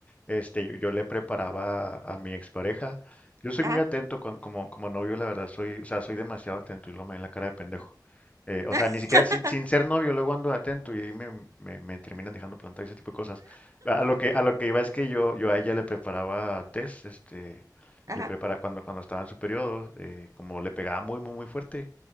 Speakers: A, on the left; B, on the right.
A: este, yo, yo le preparaba a, mi expareja. Yo soy
B: Ajá.
A: muy atento con- como, como novio, la verdad, soy, o sea, soy demasiado atento y lo me ven la cara de pendejo. Eh, o
B: <laughs>
A: sea, ni siquiera, sin, sin ser novio, luego ando atento y ahí me, me, me terminan dejando plantado y ese tipo de cosas. A a lo que, a lo que iba es que yo, yo a ella le preparaba test, este,
B: Ajá.
A: le preparaba cuando, cuando estaba en su periodo, eh, como le pegaba muy, muy, muy fuerte